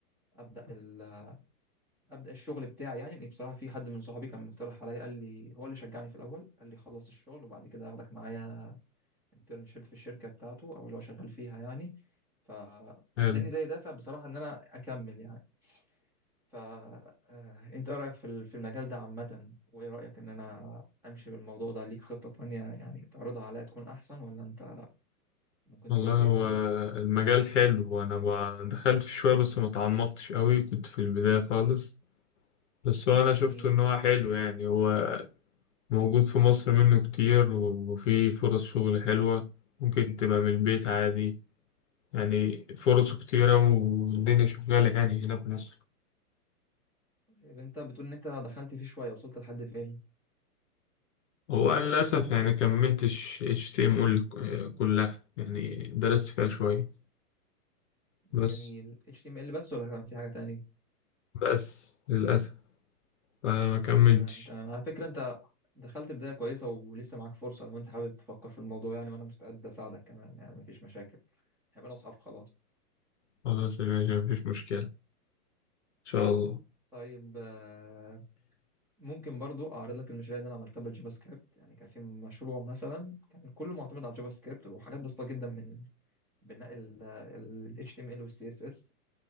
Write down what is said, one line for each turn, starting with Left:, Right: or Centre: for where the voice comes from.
Centre: ابدا ال... ابدا الشغل بتاعي يعني لأن بصراحه في حد من صحابي كان مقترح عليا قال لي هو اللي شجعني في الاول قال لي خلص الشغل وبعد كده هاخدك معايا انترنشيب في الشركه بتاعته او اللي هو شغال فيها يعني فاداني
Left: حلو
Centre: زي دافع بصراحه ان انا اكمل يعني فانت ايه رايك في ال- في المجال ده عامه وايه رايك ان انا امشي بالموضوع ده ليك خطه تانية يعني تعرضها عليا تكون احسن ولا انت ممكن
Left: والله
Centre: تقول لي ايه
Left: هو
Centre: طيب
Left: المجال حلو أنا ما دخلت فيه شوية بس ما تعمقتش أوي كنت في البداية خالص بس هو أنا شفته
Centre: جميل
Left: إن هو حلو يعني هو موجود في مصر منه كتير وفي فرص شغل حلوة ممكن تبقى من البيت عادي يعني فرصه كتيرة والدنيا شغالة يعني هنا في مصر
Centre: طيب انت بتقول ان انت دخلت فيه شويه وصلت لحد فين
Left: هو أنا للأسف يعني كملتش HTML كلها يعني درست فيها شوية
Centre: جميل
Left: بس
Centre: HTML بس ولا كان في حاجه تانية
Left: بس للأسف فما كملتش
Centre: تمام تمام على فكرة انت دخلت بداية كويسة ولسه معاك فرصة لو انت حابب تفكر في الموضوع يعني وانا مستعد اساعدك كمان يعني مفيش مشاكل هيبقى اصحاب خلاص
Left: خلاص يا باشا مفيش مشكلة إن شاء الله
Centre: طيب آه، ممكن برضو اعرض لك المشاريع اللي انا عملتها بالجافا سكريبت يعني كان في مشروع مثلا كان كله معتمد على الجافا سكريبت وحاجات بسيطة جدا من بناء ال HTML وال CSS